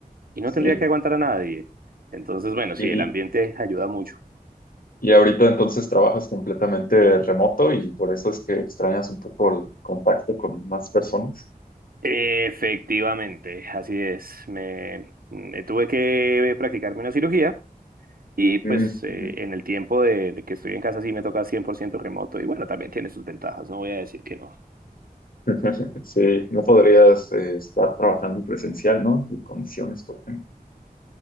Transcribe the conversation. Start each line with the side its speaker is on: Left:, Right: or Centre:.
Right: y no
Left: sí.
Right: tendría que aguantar a nadie. Entonces, bueno,
Left: Y,
Right: sí, el ambiente ayuda mucho.
Left: Y ahorita entonces trabajas completamente remoto y por eso es que extrañas un poco el contacto con más personas.
Right: Efectivamente, así es. Me, me tuve que practicarme una cirugía. Y pues
Left: Mm,
Right: eh,
Left: ujú.
Right: en el tiempo de, de que estoy en casa sí me toca 100% remoto y bueno, también tiene sus ventajas, no voy a decir que no.
Left: <laughs> Sí, no podrías eh, estar trabajando presencial, ¿no? En condiciones, por ejemplo.